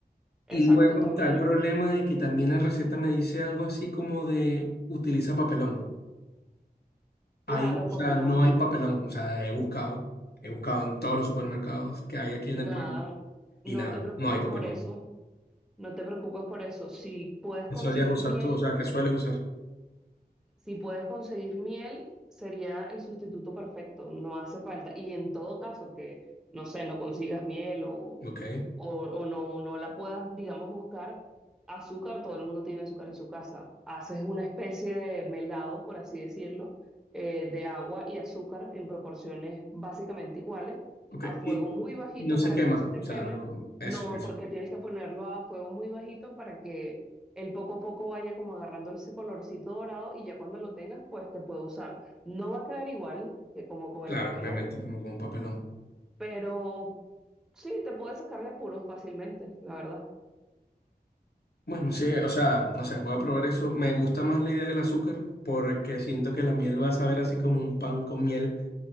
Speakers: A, in the centre; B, on the left.
A: Exacto,
B: Y luego
A: también.
B: está el problema de que también la receta me dice algo así como de utiliza papelón. Hay,
A: Claro,
B: o sea,
A: papelón,
B: no hay papelón. O sea, he buscado, he buscado en todos los supermercados que hay aquí en
A: nada,
B: el pueblo y
A: no
B: nada,
A: te preocupes
B: no hay papelón.
A: por eso. No te preocupes por eso. Si puedes
B: ¿Qué
A: conseguir
B: solías usar
A: miel,
B: tú? O sea, ¿qué sueles usar?
A: Si puedes conseguir miel, sería el sustituto perfecto, no hace falta. Y en todo caso que, no sé, no consigas miel o,
B: Ok,
A: o, o no, no la puedas, digamos, buscar, azúcar, todo el mundo tiene azúcar en su casa. Haces una especie de melado, por así decirlo, eh, de agua y azúcar en proporciones básicamente iguales,
B: ok.
A: a fuego
B: Y,
A: muy bajito
B: y no se
A: para
B: quema.
A: que no se te
B: O sea,
A: queme.
B: no- eso,
A: No,
B: eso.
A: porque tienes que ponerlo a fuego muy bajito para que el poco a poco vaya como agarrando ese colorcito dorado y ya cuando lo tengas, pues te puede usar. No va a quedar igual que como con
B: Claro,
A: el papelón,
B: obviamente, como con un papelón.
A: pero sí, te puedes sacar de apuros fácilmente, la verdad.
B: Bueno, sí, o sea, no sé, voy a probar eso. Me gusta más la idea del azúcar porque siento que la miel va a saber así como un pan con miel